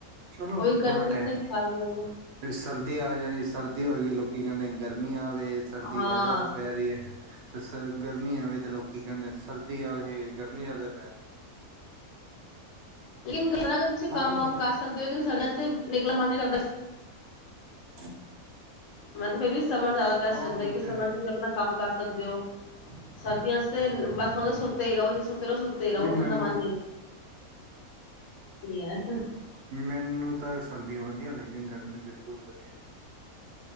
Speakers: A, on the right; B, on the left.
A: ਚਲੋ
B: ਉਹੀ
A: ਥੋੜਾ
B: ਗਰਮੀ
A: ਟਾਈਮ
B: ਚ
A: ਹੈ
B: ਖਾ ਜਾਓ
A: ਫਿਰ ਸਰਦੀ ਆ ਜਾਣੀ ਸਰਦੀ ਹੋਏਗੀ ਲੋਕੀ ਕਹਿੰਦੇ ਗਰਮੀ ਆ ਆਵੇ ਸਰਦੀ
B: ਹਾਂ
A: ਜ਼ਿਆਦਾ ਉਹ ਪੈ ਰਹੀ ਹੈ ਤੇ ਗਰਮੀ ਆਵੇ ਤੇ ਲੋਕੀ ਕਹਿੰਦੇ ਸਰਦੀ ਆਵੇ ਗਰਮੀ ਜ਼ਿਆਦਾ ਪੈ ਰਹੀ
B: ਲੇਕਿਨ ਤੁਸੀਂ
A: ਹੈ।
B: ਕੰਮ
A: ਹਰ ਮ
B: ਵਮ ਕਰ ਸਕਦੇ ਹੋ ਲੇਕਨ ਸਰ ਤੇ ਨਿਕਲਣ ਮਨ ਨੀ ਕਰਦਾ ਸੀ
A: <unintelligible> <unintelligible>
B: ਮਤਲਬ ਫੇਰ ਵੀ ਸਮਰ ਜ਼ਿਆਦਾ ਬੈਸਟ
A: ਹਾਂ
B: ਜਾਂਦਾ
A: ਉਹ
B: ਹੈ ਕਿਉਂਕਿ
A: ਤੇ
B: ਸਮਰ
A: ਹੈਗਾ
B: ਚ ਤੁਸੀਂ ਆਪਣਾ ਕੰਮ ਕਰ ਸਕਦੇ ਹੋ ਸਰਦੀਆਂ ਤੇ ਬਸ ਮਤਲਬ ਸੁੱਤੇ ਹੀ ਰਹੋ ਜ ਸੁੱਤੇ ਰੋ ਸੁੱਤੇ ਹੀ ਰਹੋ
A: ਨਹੀਂ
B: ਉੱਠਣ
A: ਮੈਨੂੰ
B: ਦਾ ਮਨ ਹੀ <unintelligible> <unintelligible>
A: ਮੈਨੂੰ ਤਾਂ ਸਰਦੀਆਂ ਵਧੀਆ ਲੱਗਦੀਆਂ ਗਰਮੀ ਬਿਲਕੁਲ ਵਧੀਆ ਨੀ ਲੱਗਦੀ